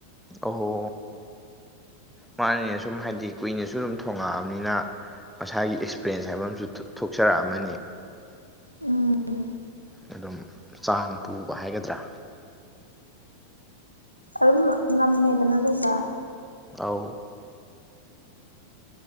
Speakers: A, in the centre; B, on the left.
A: ꯑꯍꯣ ꯃꯥꯅꯤꯅ ꯁꯨꯝ ꯍꯥꯏꯗꯤ ꯀꯨꯏꯅꯁꯨ ꯑꯗꯨꯝ ꯊꯣꯉꯛꯑꯕꯅꯤꯅ ꯃꯁꯥꯒꯤ ꯑꯦꯛꯁꯄꯔꯦꯟꯁ ꯍꯥꯏꯕ ꯑꯃꯁꯨ ꯊꯣꯛꯆꯔꯛꯑꯝꯃꯅꯤ
B: ꯎꯝ
A: ꯑꯗꯨꯝ ꯆꯥꯡ ꯄꯨꯕ ꯍꯥꯏꯒꯗ꯭ꯔꯥ
B: ꯑꯗꯨꯝ ꯉꯃꯦꯗꯅ ꯑꯗꯨ ꯝꯕ
A: ꯑꯥꯎ